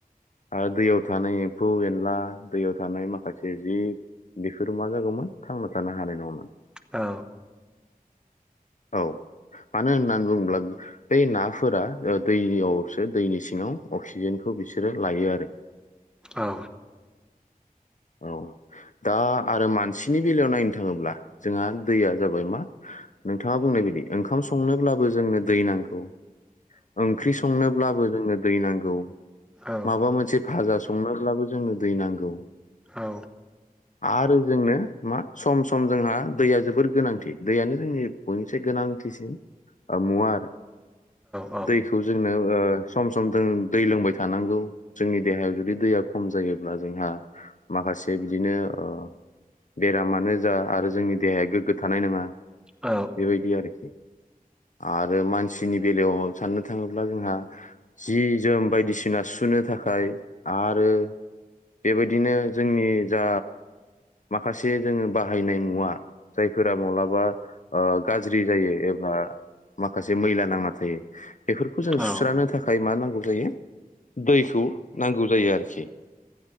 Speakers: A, on the left (about 55°); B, in the centre.
A: आरो दैयाव थानाय एम्फौ एनला, दैयाव थानाय माखासे जिब बेफोर मा जागौमोन? थांना थानो हानाय नङामोन।
B: औ।
A: औ मानो होनना बुङोब्ला? बै नाफोरा ओ दैयावसो दैनि सिङाव अक्सिजेनखौ बिसोरो लायो आरो।
B: औ।
A: औ दा आरो मान सिनि बेलायाव नायनो थाङोब्ला, जोंहा दैया जाबाय मा नोंथाङा बुंनाय बायदि। ओंखाम संनोब्लाबो जोंनो दै नांगौ। ओंख्रि संनो अब्लाबो जोंनो दै नांगौ।
B: औ औ
A: माबा मोनसे भाजा स संनोब्लाबो जोंनो दै नांगौ।
B: औ।
A: आरो जोंनो मा सम सम जोंहा दैया जोबोर गोनांथि, दैयानो जोंनि बयनिसाय गोनांथिसिन मुवा आरो।
B: औ
A: दैखौ जोंनो ओ सम सम दों दै लोंबाय थानांगौ, जोंनि देहायाव जुदि दैया खम जायोब्ला जोंहा माखासे बिदिनो ओ बेरामानो जा आरो जोंनि देहाया गोग्गो थानाय नङा। बेबायदि
B: औ
A: आरोखि। आरो मानसिनि बेलायाव साननो थाङोब्ला जोंहा जि जोम बायदिसिना सुुनो थाखाय आरो बेबायदिनो जोंनि जा। माखासे जोङो बाहायनाय मुवा जाय फोरा मलाबा ओ गाज्रि जायो। एबा माखासे मैला नांना थायो। बेफोरखौ जों
B: औ
A: सुस्रानो थाखाय मा नांगौ? जायो दैखौ नांगौ जायो आरोखि।